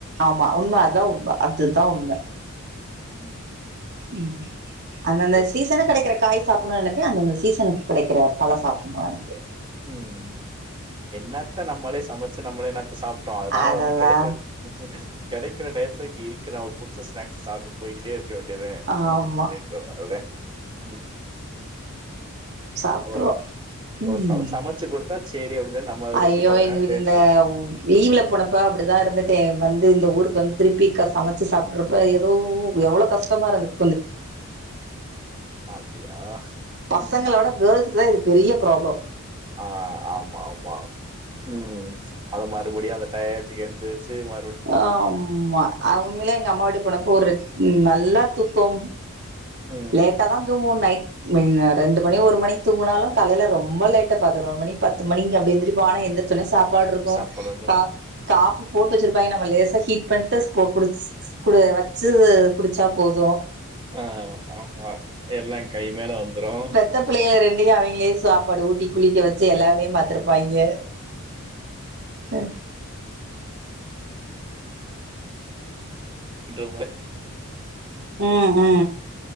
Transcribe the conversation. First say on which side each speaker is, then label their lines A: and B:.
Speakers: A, on the right; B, on the right.
A: ஆமா உண்ம அதா உண்ம அதுதா உண்ம
B: ம்
A: ம் அந்தந்த
B: என்
A: சீசனுக் கிடைக்கற காய் சாப்புணு எனக்கு அந்தந்த சீசனுக் கிடைக்கற பழொ சாப்புணு எனக்கு
B: ம் ம் என்னத்த நம்மளே சமைச்சு நம்மளே என்னத்த சாப்டோ அதனால
A: அததா
B: வந்து கெடைக்க உ கெடைக்கிற டயத்துல இருக்கு நமக் புடிச்ச ஸ்நாக் ஸ் சாப்ட்டு போய்கிட்டே இருக்க வேண்டியதே உ
A: ஆமா
B: அப்டின்ற மாரிதே ம்
A: சாப்ட்ருவோ
B: ஒர்
A: ம்
B: ஒருத்தவங்க சமைச்சு குடுத்தா சேரி அப்டின் சொல்லி நம்ம அத
A: ஐயோ
B: ருசி பாக்குறக்காக
A: எங்களுக்கு
B: டேஸ்ட்டு
A: இந்த உ லீவ்ல போனப்ப அப்டிதா இருந்துட்டே வந்து இந்த ஊருக்கு வந்து திருப்பிக்க சமைச்சு சாப்பிடுறப்ப எதோ எவ்வளோ கஷ்டமா இருந்தது
B: அப்டியா
A: பசங்கள
B: ம்
A: விட கேர்ள்ஸ்க்குதா இது பெரிய ப்ராப்ளொ
B: ஆ ஆமா ஆமா ம் அத மறுபடியு அந்த டயத்துக்கு எந்திருச்சு ம
A: ஆ உம்மா அவங்களு எங் எ அம்மாவீட்டுக் போனப்போ ஒரு நல்லா தூக்கொம்
B: ம்
A: லேட்டாதா தூங்குவோ நைட் நீங்க ரெண்டு மணி ஒரு மணிக் தூங்கினாலும் காலைல ரொம்ப லேட்டா பதினோரு மணி பத்து மணிக் அப்டி எந்திரிப்போ ஆனா எந்திரிச் சொன சாப்பாடு இருக்கு
B: சாப்புடணு
A: கா காஃபி போட்டு வெச்சிரு போயி நம்ம லேசா ஹீட் பண்ட்டு ஸ்கு குடி ஸ் ஸ் குடி வச்சு குடிச்சா போது
B: அ ஆமா எல்லா கை மேல வந்துரு
A: த்த பிள்ளைகல ரெண்டயு அவெங்களே சாப்பாடு ஊட்டி குளிக்க வெச்சு எல்லா வேலயு பாத்திருப்பாய்ங்க ம்
B: தோ வர
A: அ அ